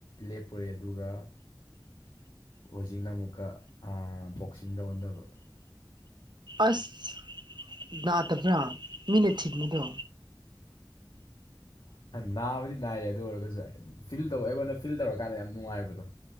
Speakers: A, on the left; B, on the right.
A: ꯂꯦꯞꯄꯨꯔꯦ ꯑꯗꯨꯒ ꯍꯧꯖꯤꯛꯅ ꯑꯃꯨꯛꯀ ꯕꯣꯛꯁꯤꯡꯗꯧ ꯑꯣꯟꯗꯕ
B: ꯑꯁ ꯅꯥꯗꯕ꯭ꯔꯥ ꯃꯤꯅ ꯊꯤꯟꯕꯗꯣ
A: ꯅꯥꯕꯗꯤ ꯅꯥꯏꯌꯦ ꯑꯗꯨ ꯑꯣꯏꯔꯒꯁꯨ ꯐꯤꯜ ꯇꯧ ꯑꯩꯉꯣꯟꯗ ꯐꯤꯜ ꯇꯧꯔꯀꯥꯟꯗ ꯌꯥꯝ ꯅꯨꯡꯉꯥꯏꯕꯗꯣ